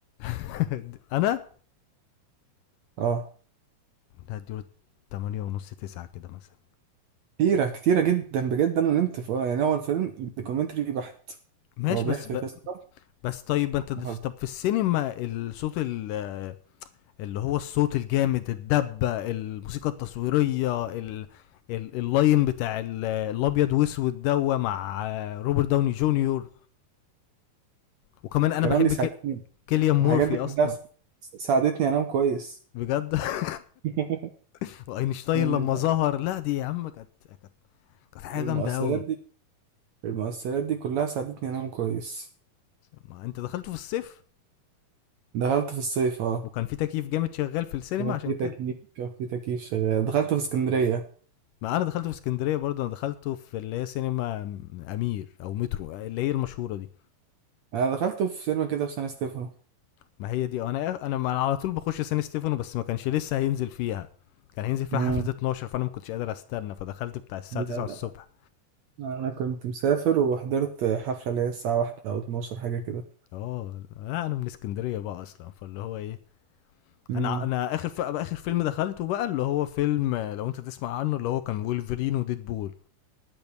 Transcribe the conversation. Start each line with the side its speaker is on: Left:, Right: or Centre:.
Left: <laughs> <applause> انا
Right: اه
Left: هديله 8 ونص 9 كده مثلا
Right: كتيره كتيره جدا بجد انا نمت في يعني هو الفيلم دوكيومنتري بحت
Left: ماشي
Right: هو بيحكي
Left: بس ب...
Right: قصه
Left: بس طيب انت طب
Right: وخلاص.
Left: في السينما الصوت ال... اللي هو الصوت الجامد الدبة الموسيقى التصويرية ال... ال... اللاين بتاع ال- الابيض واسود دوا مع آه، روبرت داوني جونيور وكمان انا
Right: الكلام
Left: بحب
Right: دي ساعدتني
Left: ك... كيليان مورفي
Right: الحاجات دي
Left: اصلا
Right: كلها سا- ساعدتني انام كويس
Left: بجد <laughs>
Right: <laughs>
Left: <applause> واينشتاين
Right: يعني
Left: لما
Right: الم-
Left: ظهر لا دي يا عم كانت كانت كانت حاجه
Right: المؤثرات
Left: جامده قوي
Right: دي المؤثرات دي كلها ساعدتني انام كويس
Left: ما انت دخلته في الصيف
Right: دخلت في الصيف اه
Left: وكان في تكييف جامد شغال في السينما
Right: كان
Left: عشان
Right: في
Left: كده
Right: تكييف كان في تكييف شغال دخلت في اسكندريه
Left: ما انا دخلته في اسكندريه برضه انا دخلته في اللي هي سينما امير او مترو اللي هي المشهوره دي
Right: انا دخلته في سينما كده في سان ستيفانو
Left: ما هي دي انا إيه، انا ما أنا على طول بخش سان ستيفانو بس ما كانش لسه هينزل فيها كان هينزل فيها
Right: مم.
Left: حفله 12 فانا ما كنتش قادر استنى فدخلت بتاع الساعه
Right: لا
Left: 9
Right: لا
Left: الصبح
Right: لا انا كنت مسافر وحضرت حفله اللي هي الساعه واحدة او 12 حاجه كده
Left: اه لا انا من اسكندريه بقى اصلا فاللي هو ايه
Right: مم.
Left: انا انا اخر ف... اخر فيلم دخلته بقى اللي هو فيلم لو انت تسمع عنه اللي هو كان وولفرين وديد بول